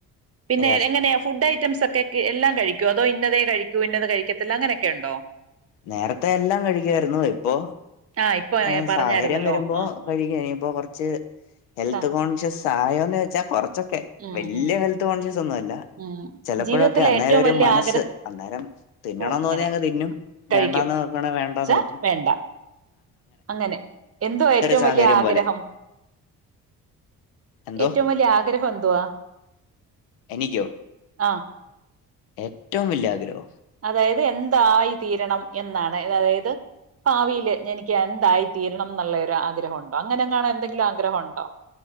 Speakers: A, on the right; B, on the left.
A: പിന്നെ
B: യെസ്.
A: എങ്ങനെയാ ഫുഡ് ഐറ്റംസ് ഒക്കെ എല്ലാം കഴിക്കുമ അതോ ഇന്നതെ കഴിക്കൂ ഇന്നത് കഴിക്കത്തില്ല അങ്ങനെയൊക്കെ ഉണ്ടോ?
B: നേരത്തെ എല്ലാ കഴിക്കുവായിരുന്നു ഇപ്പൊ
A: ആഹ് ഇപ്പൊ
B: ആ
A: പറഞ്ഞായിരുന്നല്ലോ
B: സാഹര്യം വരുമ്പോ
A: ആഹ്
B: കഴിക്കാനിപ്പോ
A: ആഹ്
B: കുറച്ച് ഹെൽത്ത്
A: സ
B: കോൺഷ്യസ് <unintelligible> വെച്ചാ കുറ ച്ചൊക്കെ
A: ഉം
B: വല്ല്യ
A: ഉം
B: ഹെൽത്ത് കോൺഷ്യസ് ഒന്നുവല്ല
A: ഉം
B: ചിലപ്പോഴൊക്കെ
A: ജീവിതത്തിലെ
B: അന്നേരം
A: ഏറ്റവും
B: ഒരു
A: വലിയ
B: മനസ്സ്
A: ആഗ്രഹം
B: അന്നേരം തിന്നണോന്ന്
A: ഓ അങ്ങനെ
B: തോന്നിയ അങ്ങ്തിന്നും.
A: കഴിക്കും
B: വേണ്ടാന്ന് വെക്കാനെ വേണ്ടാന്ന്
A: ച്ച
B: വെക്ക്
A: വേണ്ട അങ്ങനെ എന്തുവാ ഏറ്റവു
B: സാഹചര്യം
A: വലിയ ആഗ്രഹം
B: പോലെ എന്തോ
A: ഏറ്റവും വലിയ ആഗ്രഹം എന്തുവാ
B: എനിക്കൊ
A: ആ
B: ഏറ്റവു വലിയ ആഗ്രഹൊ
A: അതായത് എന്തായി തീരണം എന്നാണ് അതായത് ഭാവിയില് എനിക്ക് എന്തായി തീരണം എന്നുള്ളരു ആഗ്രഹം ഉണ്ടോ അങ്ങനെങ്ങാനു എന്തെങ്കിലും ആഗ്രഹം ഉണ്ടോ